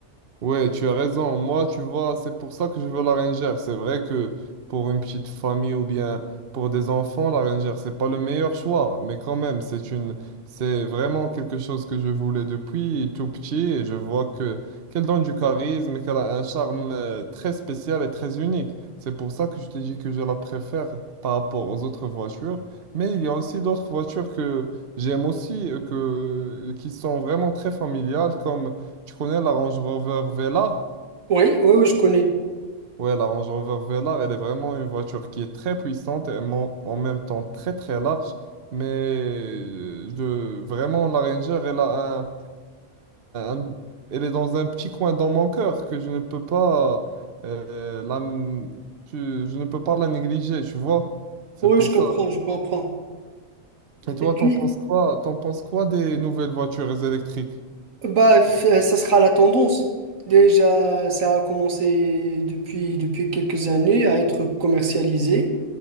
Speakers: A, on the right (about 50°); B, on the right (about 80°).
A: Ouais, tu as raison. Moi, tu vois, c'est pour ça que je veux la rangère. C'est vrai que pour une petite famille ou bien pour des enfants, la rangère, c'est pas le meilleur choix, mais quand même, c'est une, c'est vraiment quelque chose que je voulais depuis tout petit et je vois que qu'elle donne du charisme et qu'elle a un charme euh, très spécial et très unique. C'est pour ça que je t'ai dit que je la préfère par rapport aux autres voitures, mais il y a aussi d'autres voitures que j'aime aussi euh, que qui sont vraiment très familiales comme tu connais la Range Rover Velar?
B: Oui, oui, oui, je connais.
A: Ouais, la Range Rover Velar, elle est vraiment une voiture qui est très puissante et mon- en même temps très très large. Mais euh, je- vraiment, la Ranger, elle a un, un- un- elle est dans un petit coin dans mon cœur que je ne peux pas, euh, la, tu- je ne peux pas la négliger, tu vois? C'est
B: Oui,
A: pour
B: je comprends,
A: ça.
B: je comprends.
A: Et toi,
B: Et puis,
A: t'en penses quoi? T'en penses quoi des nouvelles voitures électriques?
B: bah, f- euh, ça sera la tendance. Déjà, ça a commencé depuis, depuis quelques années à être commercialisé.